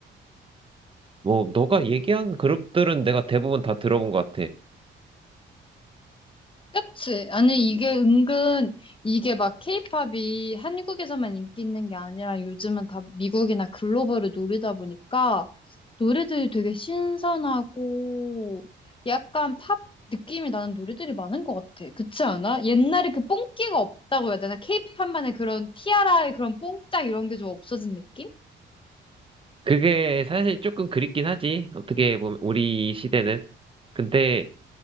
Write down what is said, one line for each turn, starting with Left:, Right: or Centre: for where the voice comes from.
Right: 뭐, 너가 얘기한 그룹들은 내가 대부분 다 들어본 것 같아.
Left: 그치? 아니, 이게 은근, 이게 막 케이팝이 한국에서만 인기 있는 게 아니라 요즘은 다 미국이나 글로벌을 노리다 보니까 노래들이 되게 신선하고 약간 팝 느낌이 나는 노래들이 많은 것 같아. 그치 않아? 옛날에 그 뽕끼가 없다고 해야 되나? 케이팝만의 그런 티아라의 그런 뽕짝 이런 게 좀 없어진 느낌?
Right: 그게 사실 조금 그립긴 하지. 어떻게 보면, 우리 시대는. 근데,